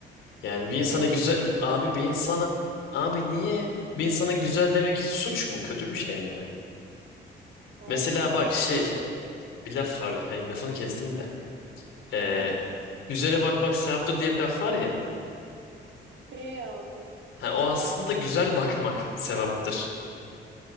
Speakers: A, on the left; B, on the right.
A: Yani
B: Lan
A: bir insana
B: neresi
A: güzel
B: insani?
A: abi bir insana abi niye bir insana güzel demek suç mu? Kötü bir şey mi yani?
B: Abi
A: Mesela
B: suç
A: bak şey
B: değil de.
A: Bir laf vardı kanka lafını kestim de. Ee,
B: Heh.
A: güzele bakmak sevaptır diye bir laf var ya.
B: E abi.
A: Ha, o aslında güzel bakmak sevaptırdır